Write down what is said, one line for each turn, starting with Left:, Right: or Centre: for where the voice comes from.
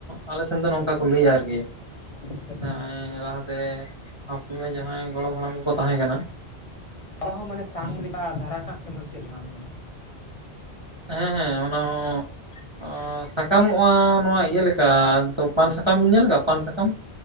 Right: ᱟᱞᱮ ᱥᱮᱱ ᱫᱚ ᱱᱚᱝᱠᱟ ᱠᱚ ᱞᱟᱹᱭᱟ ᱟᱨᱠᱤ᱾
Left: ᱟᱪᱪᱷᱟ ᱟᱪᱪᱷᱟ
Right: ᱮᱸ ᱞᱟᱦᱟᱛᱮ ᱟᱛᱳ ᱨᱮ, ᱡᱟᱦᱟᱸᱭ ᱜᱚᱲᱚᱢ ᱦᱟᱲᱟᱢ ᱠᱚᱠᱚ ᱛᱟᱦᱮᱸᱠᱟᱱᱟ᱾
Left: ᱚᱱᱟ ᱦᱚᱸ ᱢᱟᱱᱮ ᱥᱟᱝ ᱞᱮᱠᱟ, ᱫᱷᱟᱨᱟ ᱠᱟᱜ ᱥᱮ ᱢᱟᱱᱮ ᱪᱮᱫ ᱞᱮᱠᱟ ᱱᱚᱶᱟ ᱫᱚ?
Right: ᱦᱮᱸ, ᱦᱮᱸ, ᱚᱱᱟ ᱦᱚᱸ ᱚ ᱥᱟᱠᱟᱢᱚᱜᱼᱟ, ᱱᱚᱶᱟ ᱤᱭᱟᱹ ᱞᱮᱠᱟ ᱫᱚ ᱯᱟᱱ ᱥᱟᱠᱟᱢ, ᱧᱮᱞ ᱠᱟᱜᱼᱟ ᱯᱟᱱ ᱥᱟᱠᱟᱢ?